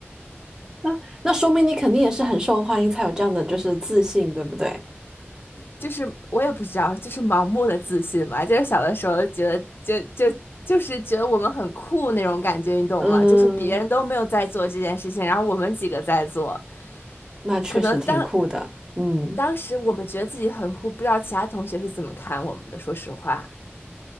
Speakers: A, on the right; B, on the left.
A: 那那说明你肯定也是很受欢迎，才有这样的就是自信，对不对？
B: 就是我也不知道，就是盲目的自信吧。就是小的时候觉得就就就是觉得我们很酷那种感觉，你懂吗？
A: 嗯，
B: 就是别人都没有在做这件事情，然后我们几个在做，
A: 那确实挺酷的。
B: 可能当
A: 嗯。
B: 当时我们觉得自己很酷，不知道其他同学是怎么看我们的。说实话，